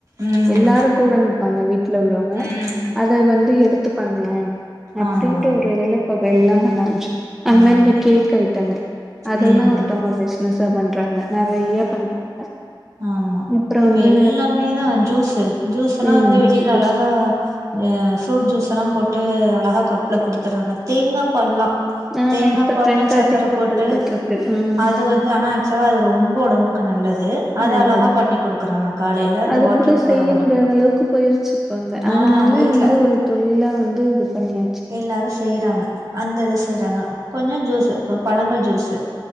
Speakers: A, on the right (about 45°); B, in the centre.
A: ம்
B: எல்லாரு கூட நிப்பாங்க வீட்ல உள்ளவங்க
A: ம்
B: அத வந்து எடு த்து பண்ணோ அப்
A: ஆமா
B: அப்டின்ற
A: ஆமா
B: ஒரு வெல இப்ப எல்லா பண்ண ஆரம்ப்ச் அது
A: ஆமா
B: மாரி இந்த கேக் ஐட்டங்கள் அதெல்லா
A: ம்
B: ஒருத்தவங்க மெஸ் சா பண்றாங்க நெறைய
A: ம்
B: பண்றாங்க
A: ஆமா
B: அப்றோ
A: இப்ப
B: வந்து
A: எல்லாமேதா ஜூஸூ ஜூஸுல்லா
B: ம்
A: வந்து வெளியில
B: ஜஸ்
A: அழகா ஆ ஃப்ரூட் ஜூஸெல்லா போட் டு அழகா கப்ல கொடுத்துறாங்க தேங்கா பால்லா
B: ஆ
A: தேங்கா
B: இப்ப
A: பால்னா
B: ட்ரெண்டா
A: சக்கர
B: தேங்காப்பால்
A: போட்டு
B: போயிட்ருக்கு ம்
A: அது வந்து ஆனா ஆக்சுவலா அது ரொம்ப உடம்புக்கு நல்லது து அத
B: நல்லது
A: அழகா பண்ணி குடுக்குறாங்க காலேல அந்த
B: அது
A: வாக்கிங்
B: கூட
A: போறவங்களுக்குலா
B: செய்ய முடியாத அளவுக்கு போயிருச்சு இப்ப வந்து
A: ஆ
B: அதனால
A: வீட்ல
B: வந்து ஒரு தொழிலா வந்து இது பண்ணியாச்சு
A: எல்லாரு செய்றாங்க அந்த இது செய்றாங்க கொஞ்சோ ஜூஸு இப்ப பழங்கள் ஜூஸு